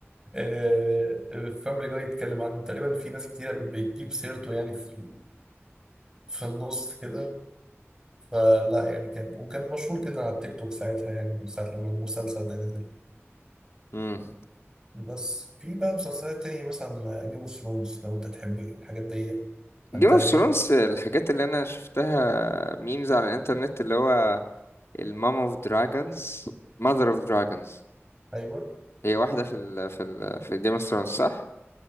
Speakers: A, on the right (about 15°); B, on the left (about 65°).
A: آه، فاميلي جاي اتكلم عنه تقريبا في ناس كتير بتجيب سيرته يعني في في النص كده فلا يعني كان وكان مشهور جدا على التيك توك ساعتها يعني من ساعة لما المسلسل ده نزل
B: امم
A: بس في بقى مسلسلات تانية مثلا جيم اوف ثرونز لو انت تحب الحاجات دي فانتازيا
B: جيم اوف ثرونز الحاجات اللي انا شفتها ميمز على الانترنت اللي هو المام اوف دراجونز ماذر اوف دراجونز
A: ايوه
B: هي واحده في ال في ال في جيم اوف ثرونز صح